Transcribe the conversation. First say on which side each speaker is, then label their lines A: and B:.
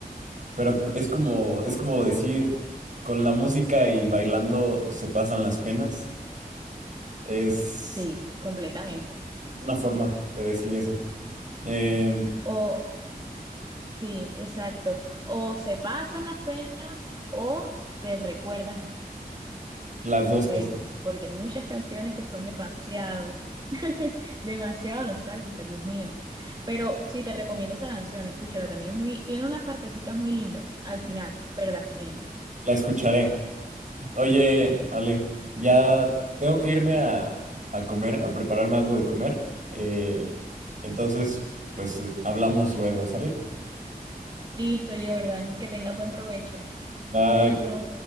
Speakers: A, on the right; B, on the right.
A: pero cu- es como, es como decir, con la música y bailando se pasan las penas. Es
B: Sí, completamente.
A: una forma de decir eso. Eh,
B: O, sí, exacto. O se pasan las penas o te recuerdas las
A: las dos
B: penas,
A: cosas.
B: porque hay muchas canciones que son demasiado, <laughs> demasiado nostálgicas, Dios mío. Pero sí, te recomiendo esa canción, escúchala también. Es muy, tiene unas partecitas muy lindas al final, pero las tiene.
A: La escucharé. Oye, Ale, ya tengo que irme a, a comer, a prepararme algo de comer. Eh, entonces, pues eh, hablamos luego, ¿sale?
B: Listo, Jordan, que tenga buen provecho.
A: Bye.
B: Chaito.